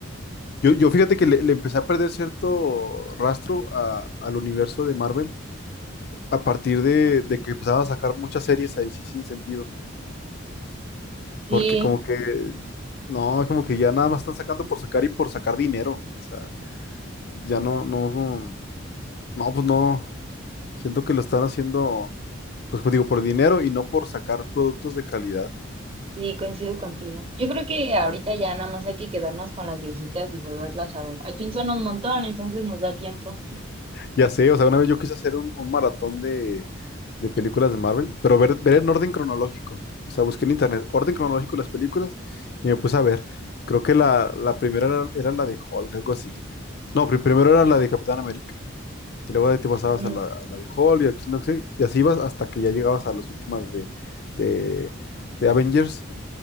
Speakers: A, on the left; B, on the right.
A: Yo, yo fíjate que le, le empecé a perder cierto rastro a- al universo de Marvel a partir de, de que empezaban a sacar muchas series ahí sí sin sentido.
B: sí.
A: Porque como que, no, como que ya nada más están sacando por sacar y por sacar dinero. O sea, ya no, no, no, no, pues no. Siento que lo están haciendo, pues como digo, por dinero y no por sacar productos de calidad.
B: Sí, coincido contigo. Yo creo que ahorita ya nada más hay que quedarnos con las viejitas y volverlas a ver. Al fin son un montón, entonces nos da tiempo.
A: Ya sé, o sea, una vez yo quise hacer un, un maratón de, de películas de Marvel, pero ver, ver en orden cronológico. O sea, busqué en internet orden cronológico de las películas y me puse a ver. Creo que la, la primera era, era la de Hulk, algo así. No, pri- primero era la de Capitán América. Y luego de ahí te pasabas
B: Mm,
A: a la, a la de Hulk y aquí no sé. Y así ibas hasta que ya llegabas a las últimas de, de, de Avengers.